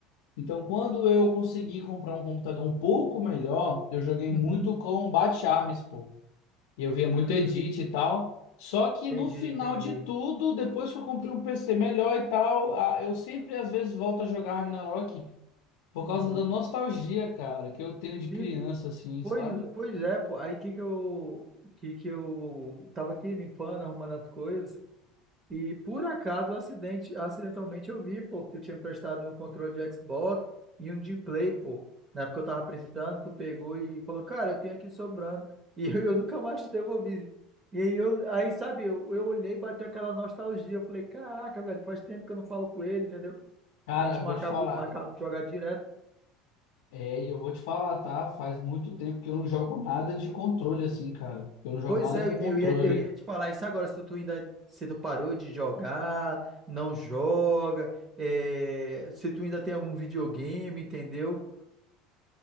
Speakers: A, on the left; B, on the right.
A: Então, quando eu consegui comprar um computador um pouco melhor, eu joguei
B: Uhum.
A: muito com Bat Arms, pô. E eu via muito
B: Hum,
A: edit e tal. Só que
B: entendi,
A: no final
B: entendi.
A: de tudo, depois que eu comprei um PC melhor e tal, a- eu sempre às vezes volto a jogar Ragnarok por
B: Uhum.
A: causa da nostalgia, cara, que eu tenho de
B: E,
A: criança, assim,
B: pois,
A: sabe?
B: pois é, pô. Aí que que eu que que eu tava aqui limpando, arrumando as coisas. E por acaso, acidente, acidentalmente eu vi, pô, que tu tinha me prestado um controle de Xbox e um de Play, pô. Na época eu tava precisando, tu pegou e falou, cara, eu tenho aqui sobrando. <laughs> E eu, eu nunca mais te devolvi. E aí, eu, aí sabe, eu, eu olhei e bateu aquela nostalgia. Eu falei, caraca, velho, faz tempo que eu não falo com ele, entendeu?
A: Cara,
B: A gente marcava,
A: eu vou te falar.
B: marcava de jogar direto.
A: É, e eu vou te falar, tá? Faz muito tempo que eu não jogo nada de controle, assim, cara. Eu não jogo
B: Pois
A: nada
B: é,
A: com
B: eu eu
A: controle.
B: ia, eu ia te falar isso agora, se tu ainda, se tu parou de jogar, não joga, é, se tu ainda tem algum videogame, entendeu?